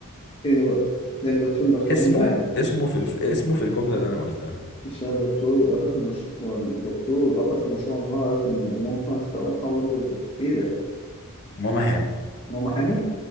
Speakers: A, on the left; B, on the left.
A: ايه ده بقى؟ ده ده فيلم ده خوانين
B: اسمه
A: واحد.
B: اسمه في الف... اسمه في الجملة اللي انا قلتها
A: يشتغل دكتور والآخر في مشروع والدكتور والآخر في مشروع إن هو عارف إن أمهم حامل فأقوم أقول له إيه إيه ده؟
B: ماما حامل
A: ماما حامل؟